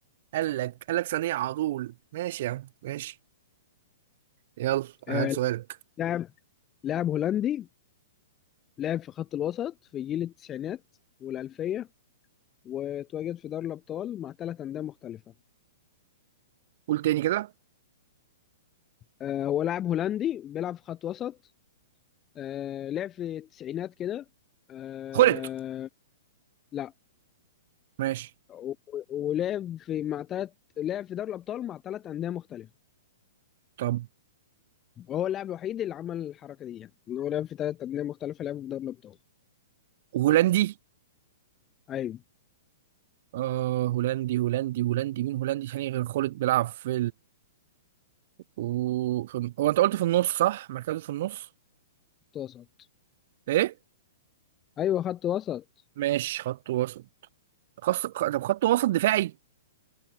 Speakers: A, on the right; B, on the left.
A: قال لك قال لك ثانية على طول ماشي يا عم ماشي يلا
B: آه
A: هات سؤالك
B: لاعب لاعب هولندي لعب في خط الوسط في جيل التسعينات والألفية وتواجد في دوري الأبطال مع ثلاث أندية مختلفة
A: قول تاني كده
B: آه هو لاعب هولندي بيلعب في خط وسط آه لعب في التسعينات كده آه
A: خلط
B: لا
A: ماشي
B: و- ولعب في مع تلات لعب في دوري الأبطال مع تلات أندية مختلفة
A: طب
B: وهو اللاعب الوحيد اللي عمل الحركة دي يعني إن هو لعب في تلات أندية مختلفة لعب في دوري الأبطال
A: هولندي
B: أيوه
A: آه هولندي هولندي هولندي مين هولندي تاني غير خلط بيلعب في و في... هو انت قلت في النص صح مركزه في النص
B: خط وسط
A: ايه
B: أيوه خط وسط
A: ماشي خط وسط خط طب خط وسط دفاعي